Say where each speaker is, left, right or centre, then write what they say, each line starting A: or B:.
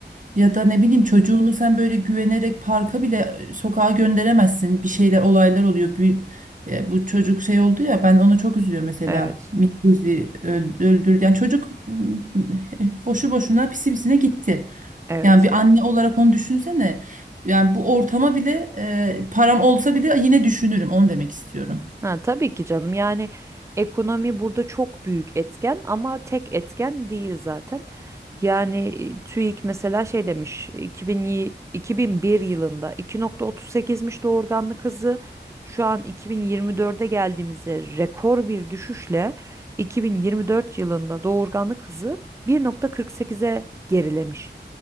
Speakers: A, on the right (about 45°); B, on the right (about 15°).
A: Ya da ne bileyim çocuğunu sen böyle güvenerek parka bile sokağa gönderemezsin. Bir şeyler olaylar oluyor. E, bu çocuk şey oldu ya ben ona çok üzülüyorum mesela.
B: Evet,
A: Mikuzi öl- öldürdü. Yani çocuk m, boşu boşuna pisi pisine gitti.
B: evet.
A: Yani bir anne olarak onu düşünsene. Yani bu ortama bile e, param olsa bile yine düşünürüm. Onu demek istiyorum.
B: Ha, tabii ki canım. Yani ekonomi burada çok büyük etken ama tek etken değil zaten. Yani e, TÜİK mesela şey demiş 2000, yi- 2001 yılında 2.38'miş doğurganlık hızı. Şu an 2024'e geldiğimizde rekor bir düşüşle 2024 yılında doğurganlık hızı 1.48'e gerilemiş.